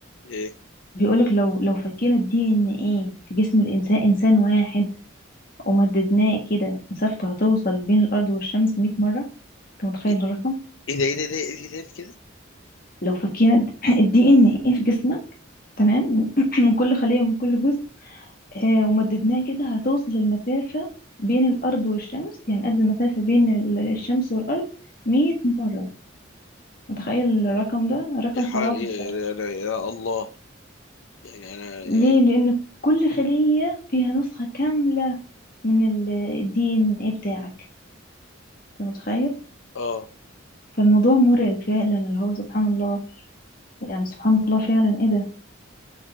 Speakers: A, on the left; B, on the left.
A: ايه
B: بيقولك لو لو فكينا الدي ان ايه في جسم الانسان انسان واحد ومددناه كده مسافته هتوصل بين الارض والشمس 100 مره انت متخيل
A: ايه
B: الرقم
A: ايه ده ايه ده ايه ده ايه ده إيه ده كده
B: لو فكينا الدي <laughs> ان ايه <clears throat> في جسمك تمام <clears throat> من كل خليه ومن كل جزء آه ومددناه كده هتوصل المسافه بين الارض والشمس يعني قد المسافه بين ال- الشمس والارض 100 مره متخيل الرقم ده رقم
A: يا, ح...
B: خرافي
A: يا, يا,
B: بصراحه
A: يا يا الله يعني انا يعني
B: ليه لان كل خليه فيها نسخه كامله من الدي ان ايه بتاعك انت متخيل
A: اه
B: فالموضوع مرعب فعلا اللي هو سبحان الله يعني سبحان الله فعلا ايه ده